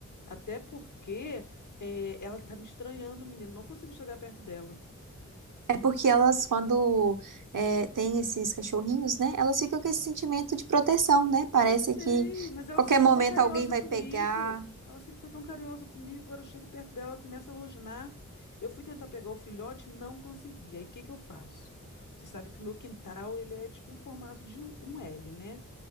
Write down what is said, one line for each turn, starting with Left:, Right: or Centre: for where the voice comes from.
Left: Até porque eh, ela tá me estranhando, menino. Não consigo chegar perto dela.
Right: É porque elas, quando é, tem esses cachorrinhos, né? Elas ficam com esse sentimento de proteção, né? Parece
Left: Eu sei,
Right: que
Left: mas ela
Right: qualquer
Left: sempre foi
Right: momento
Left: tão carinhosa
Right: alguém vai
Left: comigo.
Right: pegar.
Left: Ela sempre foi tão carinhosa comigo. Agora eu chego perto dela, ela começa a rosnar. Eu fui tentar pegar o filhote, não consegui. Aí o que que eu faço? Você sabe que o meu quintal, ele é tipo um formato de um L, né?